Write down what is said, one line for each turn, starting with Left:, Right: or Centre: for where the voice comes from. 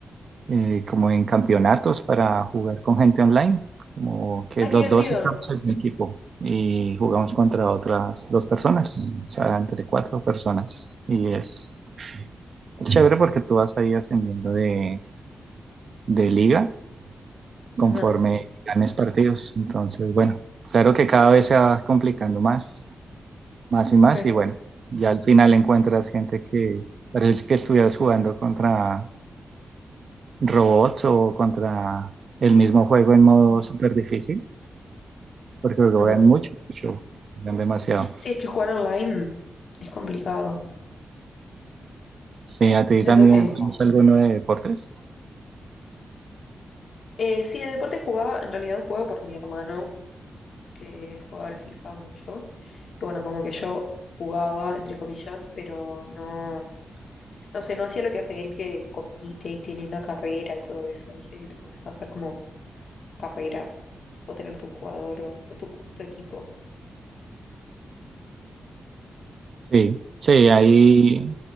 Right: eh, como en campeonatos para jugar con gente online, como que
Left: ay,
Right: los
Left: qué divertido.
Right: dos estamos en un equipo y jugamos contra otras dos personas, o sea, entre cuatro personas. Y es chévere porque tú vas ahí ascendiendo de, de liga conforme
Left: Ajá,
Right: ganes partidos. Entonces, bueno, claro que cada vez se va complicando más más y más,
Left: ok.
Right: y bueno, ya al final encuentras gente que parece que estuvieras jugando contra robots o contra el mismo juego en modo súper difícil, porque lo
Left: Ajá.
Right: juegan mucho, mucho, juegan demasiado.
Left: Sí, es que jugar online es complicado.
Right: Sí, a ti
Left: Yo siento
Right: también,
Left: que... el-
Right: ¿tienes alguno de deportes?
Left: Eh, sí, de deporte jugaba, en realidad jugaba por mi hermano, que jugaba al FIFA mucho. Y bueno, como que yo jugaba, entre comillas, pero no... No sé, no hacía lo que hace él que compite y tiene una carrera y todo eso, ¿viste? que le puedes hacer como carrera o tener tu jugador o, o tu, tu equipo.
Right: Sí, sí, ahí